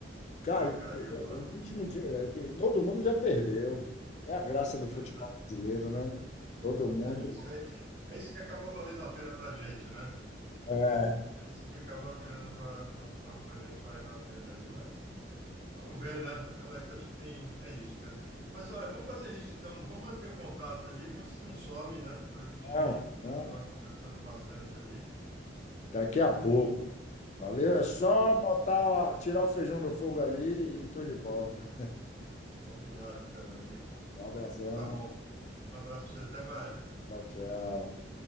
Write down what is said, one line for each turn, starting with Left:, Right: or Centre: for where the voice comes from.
Left: Caiu.
Right: Foi, caiu
Left: O
Right: lá.
Left: último dia, é que todo mundo já perdeu. É a graça do futebol
Right: Pois é.
Left: brasileiro, né? Todo mundo.
Right: É isso. É, é isso que acaba valendo a pena pra gente, né?
Left: é,
Right: É isso que acaba virando para a gente valendo a pena ali, mas vamos ver, né, Alex? Acho que tem, é isso, cara. Mas olha, vamos fazer isso então, vamos manter o contato ali, vamos ver se não some, né, para a gente
Left: Não, não.
Right: continuar conversando bastante ali.
Left: Daqui a pouco. Valeu, é só botar, tirar o feijão do fogo ali e tô de volta.
Right: Combinado, então, meu amigo.
Left: Um abração.
Right: Então tá bom. Um abraço para você, até mais.
Left: Tchau, tchau.